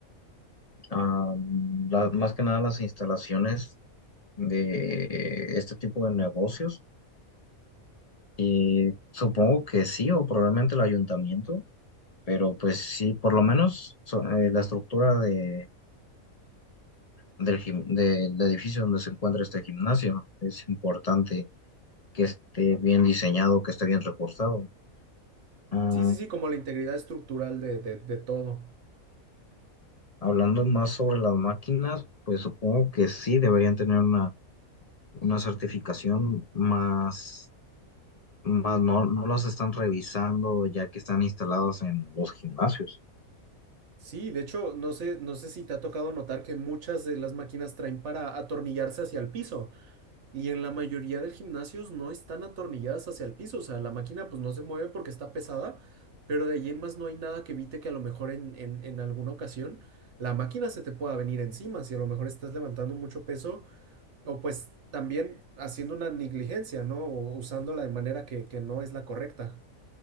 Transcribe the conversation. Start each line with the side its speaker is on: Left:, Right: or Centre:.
Left: am, la- más que nada las instalaciones de este tipo de negocios. Y supongo que sí, o probablemente el ayuntamiento. pero pues sí, por lo menos so- eh, la estructura de, del, gim- del edificio donde se encuentra este gimnasio es importante que esté bien diseñado, que esté bien reforzado. Ah,
Right: Sí, sí, sí, como la integridad estructural de, de de todo.
Left: hablando más sobre las máquinas, pues supongo que sí deberían tener una, una certificación más, más no, no las están revisando ya que están instaladas en los gimnasios.
Right: Sí, de hecho, no sé, no sé si te ha tocado notar que muchas de las máquinas traen para atornillarse hacia el piso y en la mayoría del gimnasios no están atornilladas hacia el piso, o sea, la máquina pues no se mueve porque está pesada, pero de ahí en más no hay nada que evite que a lo mejor en, en, en alguna ocasión la máquina se te pueda venir encima, si a lo mejor estás levantando mucho peso o pues también haciendo una negligencia, ¿no? O usándola de manera que, que no es la correcta.